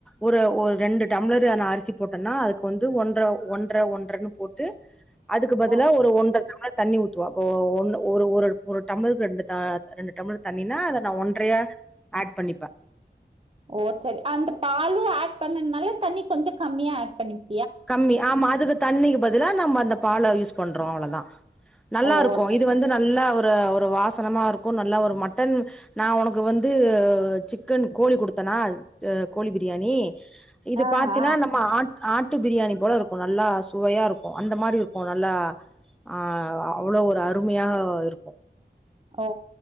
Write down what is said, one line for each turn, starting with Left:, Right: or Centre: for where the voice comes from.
Centre: ஒரு ஒரு ரெண்டு டம்ளர் ஆன அரிசி போட்டன்னா அதுக்கு வந்து ஒன்ற ஒன்ற ஒன்றன்னு போட்டு அதுக்கு பதிலா
Right: ஆ
Centre: ஒரு ஒன்ரை <unintelligible> தண்ணி ஊத்துவ ஒ ஒன்னு ஒரு ஒரு ஒரு டம்ளர்க்கு ரெண்டு தா ரெண்டு டம்ளர் தண்ணினா அத நா ஒன்றையா ஆட் பண்ணிப்பே
Right: ஓ செரி அந்த பாலு ஆட் பண்ணன்னால தண்ணி கொஞ்சோ கம்மியா ஆட் பண்ணிக்
Centre: கம்மி ஆமா அதுக்கு தண்ணிக்கு பதிலா நம்ம அந்த பால யூஸ் பண்றோ அவ்ளோதா நல்லாருக்கு
Right: ஓ சரி.
Centre: இது வந்து நல்லா ஒரு ஒர் ஒரு வாசனமா இருக்கு‌நல்லா ஒரு மட்டன் நா உனக்கு வந்து சிக்கன் கோழி குடுத்தனா து கோழி பிரியாணி இது
Right: ஆ,
Centre: பாத்தின்னா
Right: ஆ.
Centre: நம்ம ஆன் ஆன் நாட்டு பிரியாணி போல இருக்கு நல்லா சுவையா இருக்கு அந்த மாரி இருக்கு நல்லா ஆஹ் அவ்ளோ ஒரு அருமையாக போய்ருக்கு
Right: ஓ